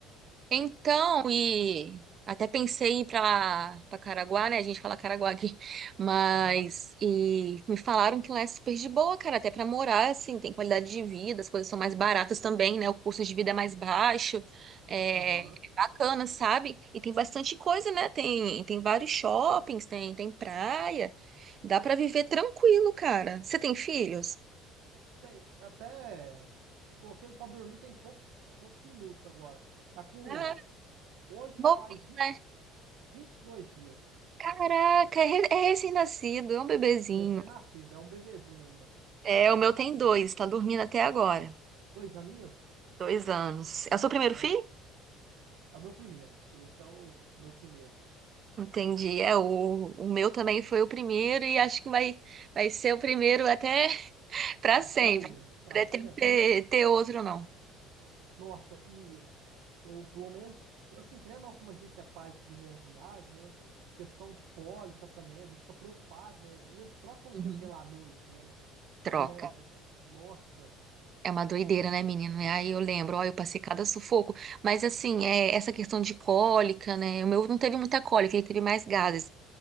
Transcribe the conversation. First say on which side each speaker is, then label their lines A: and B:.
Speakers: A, on the right; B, on the right.
A: Então, e até pensei em ir pra, pra Caraguá, né? A gente fala Caraguá aqui. <laughs> Mas,
B: Aham,
A: e me falaram que lá é super de boa, cara. Até pra morar, assim, tem qualidade de vida, as coisas são mais baratas também, né? O custo de vida é mais baixo. É,
B: aham.
A: é bacana, sabe? E tem bastante coisa, né? Tem, tem vários shoppings, tem, tem praia. Dá pra viver tranquilo, cara. Você tem filhos?
B: Tem, até coloquei ele pra dormir tem poucos, poucos minutos agora. Tá com,
A: Ah,
B: hoje
A: novinho,
B: faz vinte
A: né?
B: vinte e dois dias.
A: Caraca, é re- é recém-nascido, é um bebezinho.
B: Recém-nascido, é um bebezinho ainda.
A: É,
B: Nasceu
A: o meu tem dois, tá dormindo até agora.
B: dois aninhos?
A: Dois anos. É o seu primeiro
B: Nossa,
A: filho?
B: é o meu primeiro. Esse é o meu primeiro.
A: Entendi. É, o, o meu também foi o primeiro e acho que vai, vai ser o primeiro até <laughs> pra
B: Até
A: sempre.
B: o pra
A: Pretendo
B: sempre.
A: ter, ter outro, não.
B: Nossa, e eu, pelo menos, assim, querendo ou não, como a gente é pai de primeira viagem, né? Questão de cólica também, a gente fica preocupado, né? E eles trocam o
A: Uhum.
B: dia pela noite, né?
A: Troca.
B: É, nossa.
A: É uma doideira, né, menino? Aí eu lembro, ó, eu passei cada sufoco. Mas assim, é, essa questão de cólica, né? O meu não teve muita cólica, ele teve mais
B: Não,
A: gases,